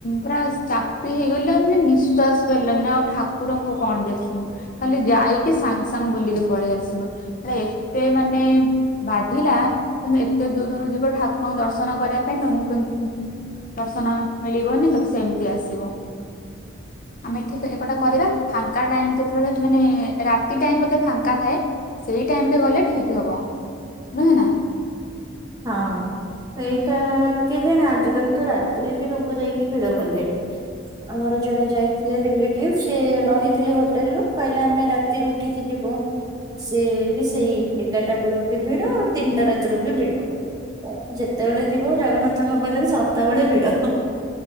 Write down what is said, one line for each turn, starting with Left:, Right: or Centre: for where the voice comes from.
Left: ପୁରା ଚାପି ହେଇଗଲେ ମାନେ ନିଃଶ୍ଵାସ ପାରିଲାନି ଆଉ ଠାକୁରଙ୍କୁ କଣ ଦେ ଦେଖିବୁ ଖାଲି ଯାଇକି ସାଙ୍ଗ ସାଙ୍ଗ ବୁଲିକି ପଳେଇ ଆସିଲୁ ଏତେ ମାନେ ବା ଥିଲା ତମେ ଏତେ ଦୂରରୁ ଯିବ ଠାକୁରଙ୍କ ଦର୍ଶନ କରିବା ପାଇଁ ତମକୁ ଦର୍ଶନ ମିଳିବନି ତମେ ସେମିତି ଆସିବ। ଆମେ ଠିକ ଏଗଟା କରିବା ଫାଙ୍କା ଟାଇମ ଯେତେବେଳେ ମାନେ ରାତି ଟାଇମ ବଧେ ଫାଙ୍କା ଥାଏ। ସେଇ ଟାଇମ ରେ ଗଲେ ଠିକ ହବ ନୁହେଁ ନା?
Right: ହଁ। ସେଇଟା କେଜାଣି ଆଜିିକାଲି ତ ରାତିରେ ବି ଲୋକ ଯାଇକି ଭିଡ କଲେଣି। ଆମର ଜଣେ ଯାଇଥିଲେ ରିଲେଟିଭ ସେ ରହିଥିଲେ ହୋଟେଲ ରୁ କହିଲେ ଆମେ ରାତିରୁ ଉଠିକି ଯିବୁ। ସେି ବି ସେଇ ଏଗାରଟା ବେଳୁ ବି ଭିଡ ଆଉ ତିନିଟା ରାତିରୁ ବି ଭିଡ। ହ ଯେତେବେଳେ ଯିବ ଜଗନ୍ନାଥଙ୍କ ପାଖରେ ସଦାବେଳେ ଭିଡ।